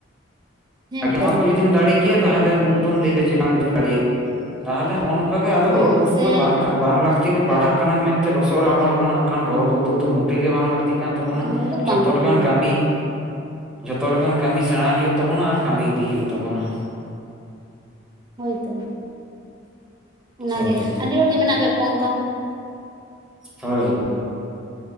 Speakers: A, on the right; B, in the centre.
A: ᱦᱮᱸᱛᱚ
B: ᱟᱜᱮ ᱱᱚᱣᱟ ᱠᱚ ᱡᱩᱫᱤᱢ ᱫᱟᱲᱮ ᱠᱮᱭᱟ, ᱛᱟᱦᱚᱞᱮ ᱩᱱ ᱫᱚᱢ ᱞᱟᱹᱭ ᱠᱮᱭᱟ ᱡᱮ, ᱵᱟᱝ ᱤᱧᱫᱩᱧ ᱫᱟᱲᱮᱭᱟᱜᱼᱟ, ᱛᱟᱦᱚᱞᱮ ᱦᱚᱜᱼᱱᱚ ᱚᱱᱠᱟ‌ ᱜᱮ ᱟᱫᱚ
A: ᱦᱩᱸ
B: ᱜᱚᱨᱚᱵᱽ ᱩᱫᱩᱜ
A: ᱥᱮ
B: ᱫᱚ, ᱵᱟᱝ ᱵᱟᱝ ᱞᱟᱹᱠᱛᱤ ᱜᱮ ᱯᱟᱲᱦᱟᱜ ᱠᱟᱱᱟᱢ ᱢᱮᱱᱛᱮ ᱞᱚᱥᱚᱫ ᱨᱮ ᱵᱟᱢ ᱟᱬᱜᱚᱱᱟ, ᱚᱱᱠᱟᱱ ᱜᱚᱨᱚᱵ ᱩᱫᱩᱜ ᱫᱚ ᱢᱚᱴ ᱞᱟᱹᱠᱛᱤ ᱜᱮ ᱵᱟᱝ ᱞᱟᱹᱠᱛᱤᱜ ᱠᱟᱱ ᱛᱟᱵᱚᱱᱟ,
A: ᱫᱚᱦᱚ ᱫᱚ
B: ᱡᱷᱚᱛᱚ
A: ᱵᱟᱝ ᱠᱟᱱᱟ
B: ᱞᱮᱠᱟᱱ ᱠᱟᱹᱢᱤ ᱡᱷᱚᱛᱚ ᱞᱮᱠᱟᱱ ᱠᱟᱹᱢᱤ ᱥᱮᱬᱟ ᱦᱳᱭᱳᱜ ᱛᱟᱵᱚᱱᱟ, ᱟᱨ ᱠᱟᱹᱢᱤ ᱤᱫᱤ ᱦᱳᱭᱳᱜ ᱛᱟᱵᱚᱱᱟ᱾
A: ᱦᱚᱭᱛᱚ᱾ ᱚᱱᱟᱜᱮ
B: ᱦᱳᱭ
A: ᱟᱹᱰᱤ ᱦᱚᱲᱜᱮ ᱢᱮᱱᱟᱜ ᱠᱟᱜ ᱠᱚᱣᱟ ᱚᱱᱠᱟ᱾
B: ᱦᱳᱭ᱾